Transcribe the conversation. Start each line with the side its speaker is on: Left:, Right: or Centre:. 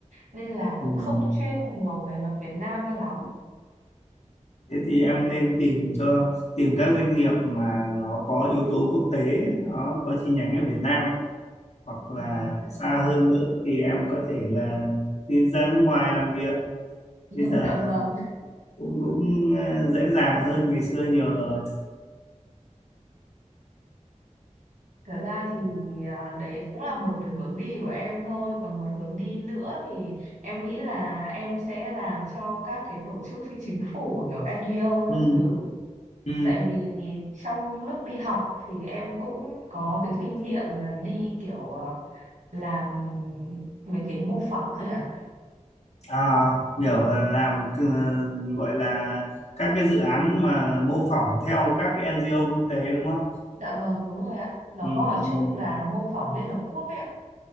Right: nên là cũng
Left: ừ, ừ.
Right: không chuyên nhiều về luật Việt Nam cho lắm.
Left: thế thì em nên tìm cho tìm các doanh nghiệp mà nó có yếu tố quốc tế nó có chi nhánh ở Việt Nam ấy. hoặc là
Right: Ừ, dạ
Left: xa
Right: vâng.
Left: hơn nữa thì em có thể là đi ra nước ngoài làm việc
Right: <laughs>
Left: bây giờ
Right: Dạ vâng.
Left: cũng cũng ờ, dễ dàng hơn ngày xưa nhiều rồi
Right: Thật ra thì à, đấy cũng là một hướng đi của em thôi. Còn một hướng đi nữa thì em nghĩ là em sẽ làm cho các cái tổ chức phi chính phủ kiểu NGO
Left: ừ,
Right: các thứ.
Left: ừ.
Right: Tại vì trong lúc đi học thì em cũng có cái kinh nghiệm là đi kiểu à, làm mấy cái mô phỏng ấy ạ.
Left: À, hiểu là làm c- gọi là các cái dự án mà mô phỏng theo các cái NGO quốc tế đúng không?
Right: Dạ vâng, đúng rồi ạ. Nó
Left: Ừ,
Right: gọi chung
Left: ừ.
Right: là mô phỏng Liên Hợp Quốc ấy ạ.